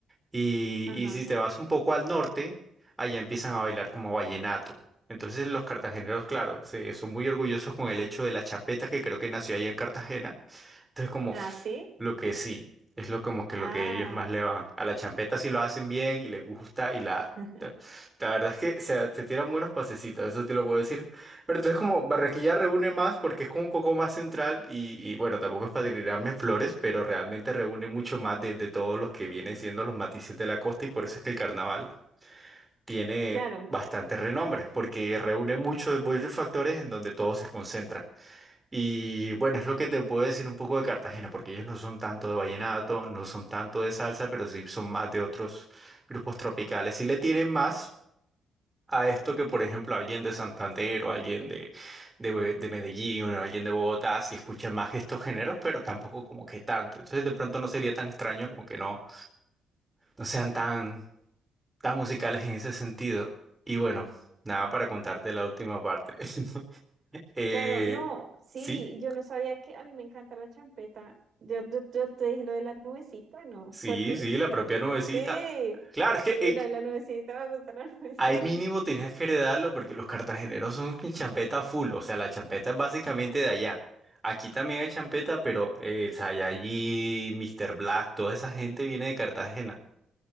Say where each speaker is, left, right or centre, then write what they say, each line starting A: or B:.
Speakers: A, on the right; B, on the right.
A: Y,
B: Ajá.
A: y si te vas un poco al norte, allá empiezan a bailar como vallenato. Entonces los cartageneros, claro, se, son muy orgullosos con el hecho de la champeta que creo que nació ahí en Cartagena. Entonces como
B: Ah, sí.
A: lo que sí, es lo como que
B: Ah,
A: lo que ellos más le van. A la champeta si lo hacen bien y les gusta y la...
B: <laughs>
A: La la verdad es que se, se tiran buenos pasecitos, eso te lo puedo decir. Pero entonces como Barranquilla reúne más porque es como un poco más central y, y bueno, tampoco es para tirarme flores, pero realmente reúne mucho más de, de todos los que vienen siendo los matices de la costa y por eso es que el carnaval tiene
B: claro,
A: bastante renombre, porque reúne muchos, muchos factores en donde todo se concentra. Y bueno, es lo que te puedo decir un poco de Cartagena, porque ellos no son tanto de vallenato, no son tanto de salsa, pero sí son más de otros grupos tropicales. Y le tienen más a esto que, por ejemplo, alguien de Santander o alguien de, de, Be- de Medellín o alguien de Bogotá, sí escucha más estos géneros, pero tampoco como que tanto. Entonces, de pronto no sería tan extraño como que no, no sean tan, tan musicales en ese sentido. Y bueno, nada para contarte la última parte. <laughs> eh,
B: claro. No, sí,
A: sí.
B: yo no sabía que a mí me encanta la champeta. Yo, yo, yo te dije lo de la nubecita, ¿no?
A: Sí,
B: ¿Fue a ti?
A: sí, la propia nubecita.
B: Sí,
A: Claro, es que
B: sí,
A: eh,
B: lo de la nubecita, me gusta la <laughs> nubecita.
A: ahí mínimo tenías que heredarlo porque los cartageneros son que champeta full, o sea, la champeta es básicamente de allá. Aquí también hay champeta,
B: Mm.
A: pero eh, el Saiyajin, Mr. Black, toda esa gente viene de Cartagena.